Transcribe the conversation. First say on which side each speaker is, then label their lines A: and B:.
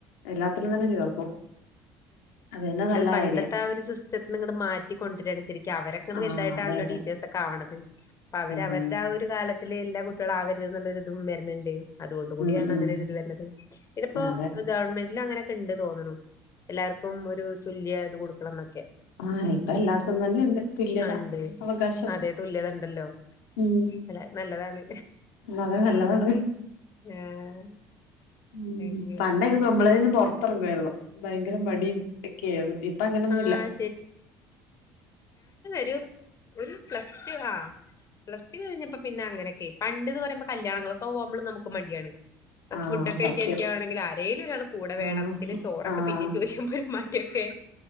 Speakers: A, on the left; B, on the left.
A: എല്ലാത്തിലുംതന്നെ ചേർക്കും അത് തന്നെ നല്ല
B: അത്‌ പണ്ടത്തെ
A: കാര്യാ
B: ആ ഒരു സിസ്റ്റത്തിന്ന്ങ്ങണ്ട് മാറ്റിക്കൊണ്ടരാണ് ശരിക്ക് അവരൊക്കെങ്ങണ്ട്
A: ആഹ്
B: വൽതായിട്ടാണല്ലോ
A: അതെ അതെ
B: ടീച്ചേഴ്‌സൊക്കെ ആവ്ണത് അവര്
A: ഉം
B: അവര്ടേ ആ ഒരു കാലത്തിലിള്ള കുട്ടി ട്ട്യാള് ആവര്ത് ന്ന്ള്ളൊര്തും വെര്ന്ണ്ട് അത് കൊണ്ട് കൂടിയാണ്
A: ഉം ഉം
B: അങ്ങനെ ഒരിത് വെര്ണത് പിന്നെ ഇപ്പൊ
A: അതെ
B: ഗവണ്മെ ഇപ്പൊങ്ങനെക്കെണ്ട് തോ ആ എല്ലാർക്കും ഒരു തുല്യ ഇത് കൊട് <unintelligible>
A: ആ ഇപ്പൊ എല്ലായിടത്തും തന്നെയുണ്ട് തുല്യത,
B: ആ ഉണ്ട്
A: അവകാശം
B: അതെ തുല്യത ഉണ്ടല്ലോ
A: ഉം
B: അല്ല നല്ലതാണ്.
A: അതെ നല്ലതാണ്.
B: ആഹ്
A: ഉം
B: അങ്ങനെ
A: പണ്ടായിനെ നമ്മളെ പുറത്തിരിങ്ങയിരുന്നോ ഭയകര മടി ഒക്കെയിരിന്നു ഇപ്പൊ അങ്ങനെ ഒന്നുല്ല.
B: ആഹ് റ്റു ഒരു പ്ലസ് റ്റു ആ പ്ലസ് റ്റു കഴിഞ്ഞപ്പോൾ പിന്നെ അങ്ങനെകാന്ന് പണ്ടെന്നേ പറയുമ്പോ കല്യാണങ്ങളെക്കെ പോവുമ്പോൾ നമ്മുക്ക് മടിയാണ് പ്പോ
A: ആഹ്
B: ഫുഡോ
A: സത്യം
B: ക്കാണെങ്കില് ആരേ ഒരാള് കൂടെ വേണം
A: ആഹ്
B: പിന്നെ ചോറൊക്കെ
A: ആഹ്
B: പിന്നെ ചോയ്ക്കുമ്പം ഒരു മടിയൊക്കെ